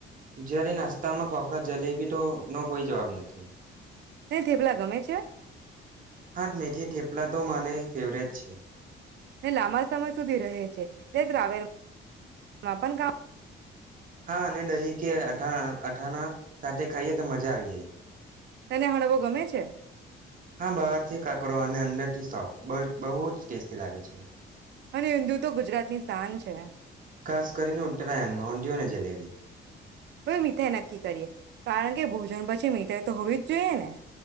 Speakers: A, on the right; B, on the right.
A: ગુજરાતી નાસ્તામાં ફફડા જલેબી તો નો કોઈ જવાબ નથી.
B: તને થેપલા ગમે છે?
A: હા મેથી થેપલા તો મને ફેવરેટ છે.
B: એ લાંબા સમય સુધી રહે છે. તે <unintelligible> મા પણ કામ
A: હા ને દહી કે અઠાણ અથાણા સાથે ખાઈએ તો મજા આવી જાય.
B: તને હળવો ગમે છે?
A: હા બહાર થી કાકરો અને અંદર થી સોફ્ટ બો બહુ જ ટેસ્ટી લાગે છે.
B: અરે ઊંધિયું તો ગુજરાતની શાન છે.
A: ખાસ કરીને ઉત્તરાયણમાં ઊંધિયું અને જલેબી.
B: હવે મીઠાઈ નક્કી કરીએ કારણ કે ભોજન પછી મીઠાઈ તો હોવી જ જોઈએ ને.